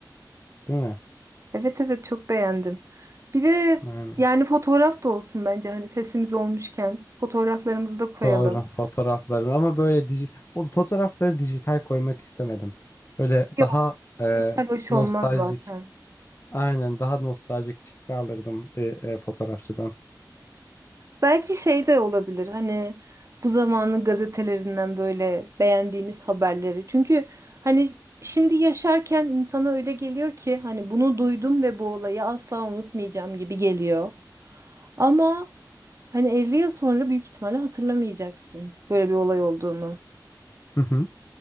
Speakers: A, on the left; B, on the right.
A: değil mi?
B: Evet evet çok beğendim. Bir de
A: Aynen.
B: yani fotoğraf da olsun bence hani sesimiz olmuşken fotoğraflarımızı da koyalım.
A: Doğru, fotoğraflarım ama böyle dij o fotoğrafları dijital koymak istemedim. Böyle
B: Yok.
A: daha e,
B: Dijital hoş
A: nostaljik,
B: olmaz zaten.
A: aynen daha nostaljik çıktı alırdım bir e, fotoğrafçıdan.
B: Belki şey de olabilir hani bu zamanın gazetelerinden böyle beğendiğimiz haberleri. Çünkü hani şimdi yaşarken insana öyle geliyor ki hani bunu duydum ve bu olayı asla unutmayacağım gibi geliyor. Ama hani 50 yıl sonra büyük ihtimalle hatırlamayacaksın böyle bir olay olduğunu.
A: <laughs>